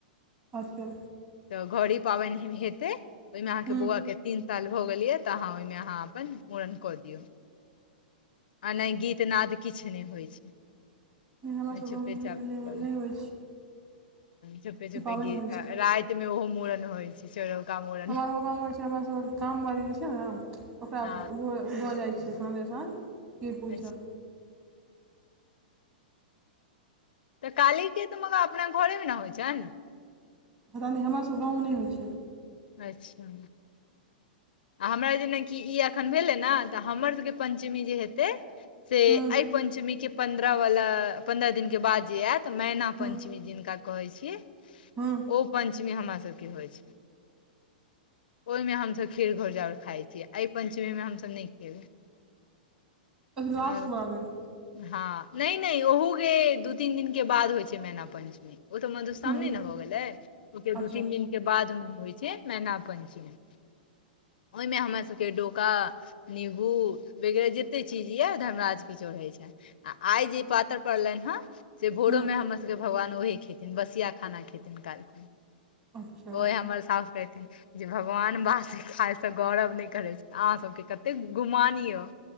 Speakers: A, on the right; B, on the left.
A: अच्छा
B: तऽ घड़ी पाबैन हेते ओहिमे अहाँके
A: हूँ
B: बौआ के तीन साल भऽ गेल ये तऽ अहाँ ओहिमे अहाँ अपन मूड़न कऽ दियौ आ नहि गीत नाद किछ नहि होइ छै
A: नहि हमरा सब
B: चुपे
A: गाँवमे इहो
B: चाप
A: तऽ नहि
B: करू
A: नहि होइ छै
B: चुपे छुपे
A: ई पाबनि
B: गी
A: नहि होइ छै
B: राइतमे ओहो मूड़न होइ छै चोरौका मूड़न
A: हमरा सबके गांव होय छै हमर सबके काम वाली जे छै ने ओकरा
B: हँ
A: ओत ओ दऽ जाइ छै संगे सङ्ग खीड़ पुरी
B: अच्छा,
A: सब
B: तऽ काली के तऽ मगर अपना घरेमे न होइ छै न
A: पता नहि हमरा सब गाँवमे नहि होइ छै
B: अच्छा आ हमरा जेनाकि ई एखन भेलै ने तऽ हमर सबके पंचमी जे हेतै से
A: हूँ
B: अहि- पंचमी के पन्द्रह वला पन्द्रह दिन के बाद जे आयत मैना
A: हूँ
B: पंचमी जिनका कहै छियै
A: हूँ
B: ओ पंचमी हमरा सबके होइ छै ओहिमे हमसब खीर घोर जाउर खाइ छीयै एहि पञ्चमीमे हमसब नहि खेबै
A: अच्छा लास्ट
B: और
A: बला
B: <inaudible>
A: दिन
B: हँ नहि नहि ओहुके दू तीन दिन के बाद होइ छै मैना पंचमी ओ तऽ मधुश्रावणी
A: हूँ
B: ने हो गेलै ओहिके
A: अच्छा
B: दू तीन दिनके बादमे होइ छै मैना पञ्चमी ओहिमे हमर सबके डोका नीमबू वगैरह जते चीज यए धर्मराज के चढ़ैत छैन आ आइ जे पातर पड़लैन हन से भोरो
A: हूँ
B: मे हमर सबके भगवान ओहे खेथिन बसिया खाना खेथिन काइलखुन
A: अच्छा
B: ओह हमर साउस कहैत रहथिन जे भगवान वासी खायसँ गौरव नहि करै छै तऽ अहाँसबके कतेक गुमान यए